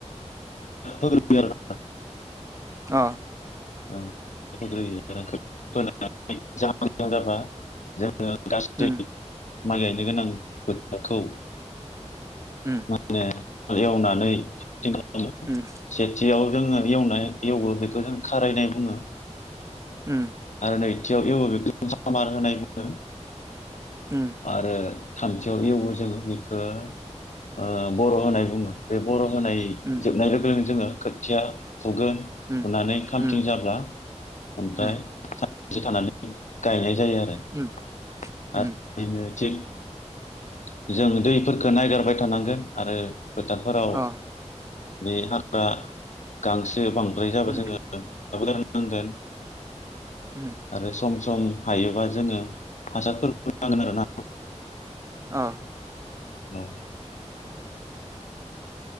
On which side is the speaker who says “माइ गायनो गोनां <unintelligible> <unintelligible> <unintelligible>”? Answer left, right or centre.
Left